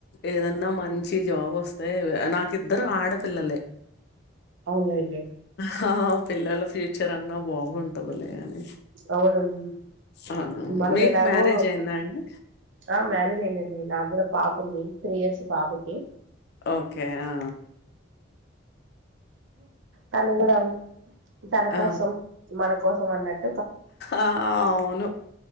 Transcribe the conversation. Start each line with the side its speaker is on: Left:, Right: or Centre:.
Left: ఏదన్నా మంచి జాబ్ వస్తే నాకు ఇద్దరు ఆడపిల్లలే
Right: అవునులేండి
Left: హ పిల్లల ఫ్యూచ చరన్నా బాగుంటదులే అని
Right: అవునండి
Left: ఆ!
Right: మనం
Left: మీకు
Right: ఎలాగో
Left: మ్యారేజ్ అయిందా అండి?
Right: ఆ మ్యారేజ్ అయినది నాకు కూడా పాప ఉంది త్రీ ఇయర్స్ బాబు కి
Left: ఓకే ఆ
Right: తను కూడా తనకసం
Left: ఆ!
Right: మన కోసం అన్నట్
Left: ఆ అవును